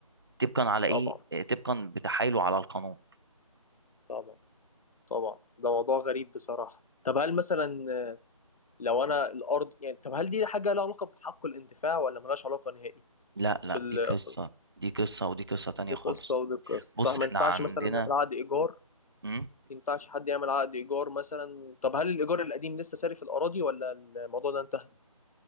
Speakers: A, on the right; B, on the left.
A: طبقا على ايه
B: طبعا
A: طبقا بتحايله على القانون
B: طبعا طبعا ده موضوع غريب بصراحة طب هل مثلا لو أنا الأرض يعني طب هل دي حاجة لها علاقة بحق الانتفاع ولا ملهاش علاقة نهائي
A: لا لا
B: بال
A: دي قصة دي قصة ودي قصة تانية
B: بالقسط
A: خالص
B: أو بالقسط
A: بص
B: صح ما
A: احنا
B: ينفعش
A: عندنا
B: مثلا نعمل عقد إيجار ما
A: مم؟
B: ينفعش حد يعمل عقد إيجار مثلا طب هل الإيجار القديم لسه ساري في الأراضي ولا الموضوع ده انتهى؟